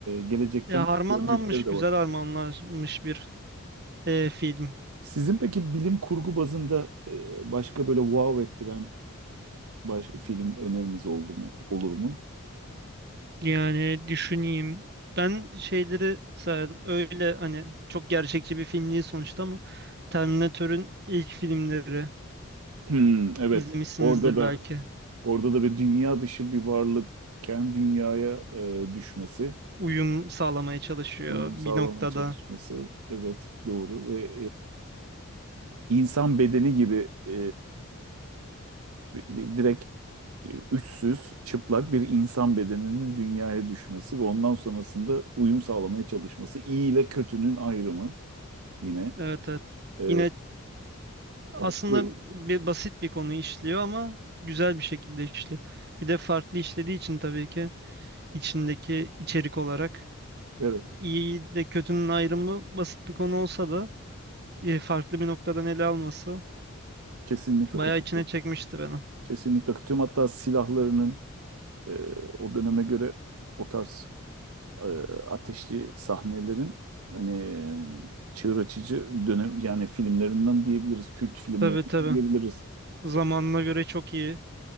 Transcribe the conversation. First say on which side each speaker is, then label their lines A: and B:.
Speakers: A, on the right (about 85°); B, on the right (about 50°).
A: gelecekten
B: Ya harmanlanmış,
A: gördükleri
B: güzel
A: de var.
B: harmanlanmış bir e, film.
A: Sizin peki bilim kurgu bazında e, başka böyle wow ettiren baş, film öneriniz oldu mu, olur mu?
B: Yani düşüneyim. Ben şeyleri sayardım. Öyle hani çok gerçekçi bir film değil sonuçta ama Terminator'ün ilk filmleri
A: Hmm, evet.
B: izlemişsinizdir
A: Orada da
B: belki.
A: orada da bir dünya dışı bir varlık kendi dünyaya e, düşmesi,
B: Uyum sağlamaya çalışıyor
A: uyum
B: bir
A: sağlamaya
B: noktada.
A: çalışması. Evet, doğru ve insan bedeni gibi e, direkt üstsüz, çıplak bir insan bedeninin dünyaya düşmesi ve ondan sonrasında uyum sağlamaya çalışması. İyi ile kötünün ayrımı yine.
B: Evet evet.
A: E,
B: Yine Aslında
A: evet, buyur.
B: bir basit bir konu işliyor ama güzel bir şekilde işliyor. Bir de farklı işlediği için tabii ki içindeki içerik olarak
A: Evet,
B: iyi de kötünün ayrımı basit bir konu olsa da e, farklı bir noktadan ele alması
A: kesinlikle
B: bayağı
A: katılıyorum.
B: içine çekmişti beni.
A: Kesinlikle katılıyorum. Hatta silahlarının e, o döneme göre o tarz e, ateşli sahnelerin hani e, çığır açıcı dönem yani filmlerinden diyebiliriz, kült filmlerinden
B: Tabii tabii.
A: diyebiliriz.
B: Zamanına göre çok iyi